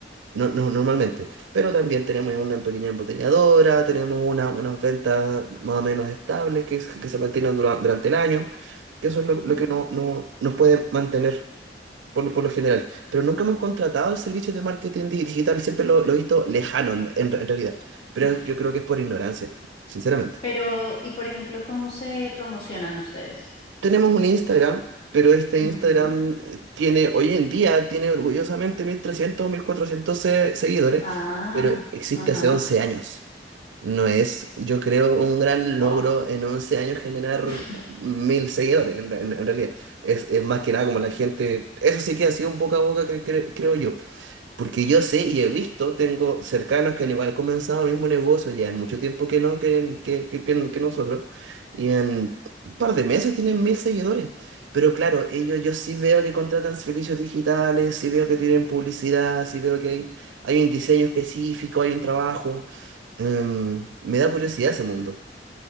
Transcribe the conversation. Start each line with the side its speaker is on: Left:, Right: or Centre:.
Right: No, no, normalmente. Pero también tenemos una pequeña embotelladora, tenemos una, unas ventas más o menos estables que, se- que se mantienen dura- durante el año, que eso es lo,
Left: ujú.
Right: lo que no, no, nos puede mantener por, lo- por lo general. Pero nunca hemos contratado servicios de marketing di- digital, siempre lo, lo he visto lejano en, en- en realidad. Pero
Left: <laughs>
Right: yo creo que es por ignorancia, sinceramente.
Left: Pero, y por ejemplo, ¿cómo se promocionan ustedes?
Right: Tenemos un Instagram, pero este Instagram
Left: Ujú.
Right: eh, tiene, hoy en día, tiene orgullosamente 1.300 o 1.400 se- seguidores,
Left: Ah,
Right: pero existe
Left: ajá.
Right: hace 11 años. No es, yo creo, un gran
Left: Wow.
Right: logro en once años generar
Left: <laughs>
Right: 1.000 seguidores, en, en- en realidad. Es, es más que nada como la gente, eso sí que ha sido un poco a boca, cre- cre- creo yo. Porque yo sé y he visto, tengo cercanos que han igual comenzado el mismo negocio, ya en mucho tiempo que no, que, que, que, que- que nosotros, y en un par de meses tienen mil seguidores. Pero claro, ellos yo sí veo que contratan servicios digitales, sí veo que tienen publicidad, sí veo que hay, hay un diseño específico, hay un trabajo. Em, me da curiosidad ese mundo.